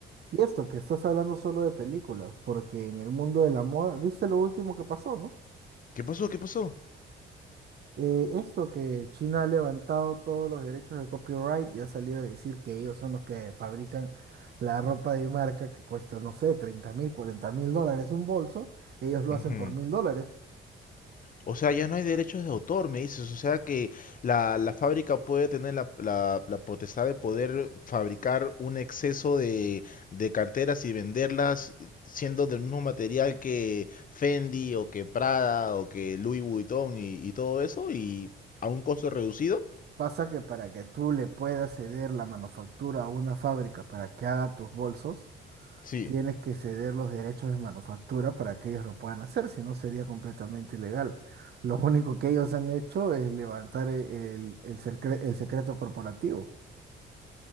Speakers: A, on the right (about 55°); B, on the left (about 45°).
A: Y esto, que estás hablando solo de películas, porque en el mundo de la moda, ¿viste lo último que pasó, no?
B: ¿Qué pasó? ¿Qué pasó?
A: Eh, esto que China ha levantado todos los derechos de copyright y ha salido a decir que ellos son los que fabrican la ropa de marca que cuesta, no sé, treinta mil, cuarenta mil dólares un bolso, ellos lo
B: Ujú.
A: hacen por mil dólares.
B: O sea, ya no hay derechos de autor, me dices. O sea que la, la fábrica puede tener la, la- la potestad de poder fabricar un exceso de, de carteras y venderlas siendo del mismo material que Fendi o que Prada o que Louis Vuitton y, y todo eso y a un costo reducido.
A: Pasa que para que tú le puedas ceder la manufactura a una fábrica para que haga tus bolsos,
B: Sí.
A: tienes que ceder los derechos de manufactura para que ellos lo puedan hacer, si no sería completamente ilegal. Lo único que ellos han hecho es levantar el, el el secre- el secreto corporativo.